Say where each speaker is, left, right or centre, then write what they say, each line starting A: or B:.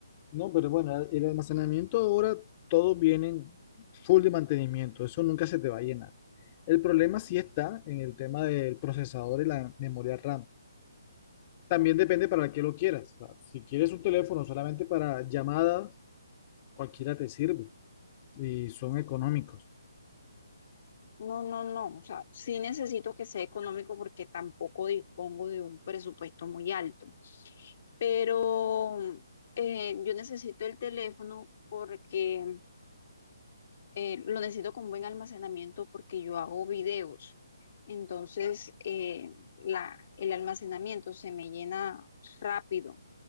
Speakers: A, on the left (about 30°); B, on the left (about 50°).
A: No, pero bueno, el almacenamiento ahora todos vienen full de mantenimiento, eso nunca se te va a llenar. El problema sí está en el tema del procesador y la memoria RAM. También depende para qué lo quieras. O sea, si quieres un teléfono solamente para llamadas, cualquiera te sirve y son económicos.
B: No, no, no, o sea, sí necesito que sea económico porque tampoco dispongo de un presupuesto muy alto, pero eh, yo necesito el teléfono porque eh, lo necesito con buen almacenamiento porque yo hago videos. Entonces, eh, la, el almacenamiento se me llena rápido